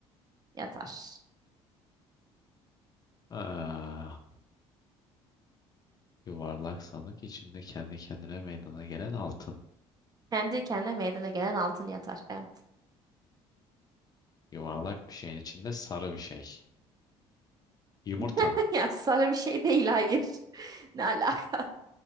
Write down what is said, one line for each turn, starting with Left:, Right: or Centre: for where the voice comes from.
Right: yatar.
Left: Aa, yuvarlak sandık içinde kendi kendine meydana gelen altın.
Right: Kendi kendine meydana gelen altın yatar. Evet.
Left: Yuvarlak bir şeyin içinde sarı bir şey. Yumurta.
Right: <laughs> Ya sarı bir şey değil hayır. <laughs> Ne alaka?